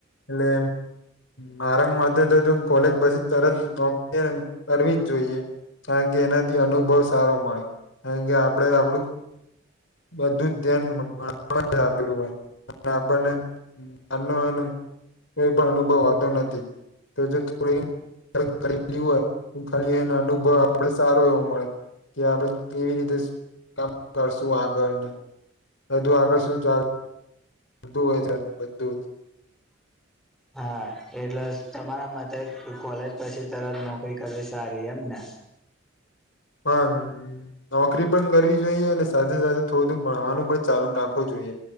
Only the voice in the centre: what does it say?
હા એટલે તમારા મતે કોલેજ પછી તરત નોકરી કરવી સારી એમને